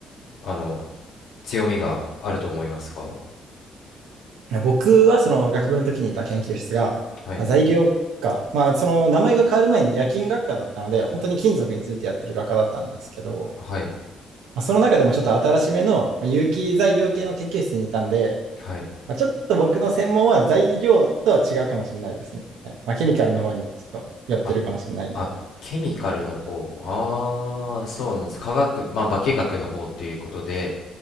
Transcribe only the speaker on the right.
いや僕はその学部の時にいた研究室が、
まあ、材料学科、まあ、その名前が変わる前に冶金学科だったので、本当に金属についてやってる学科だったんですけど、
まあ、その中でもちょっと新しめのまあ有機材料系の研究室にいたんで、
まあ、ちょっと僕の専門は材料とは違うかもしれないですね。まあ、ケミカルの方にちょっと寄ってるかもしれないんで、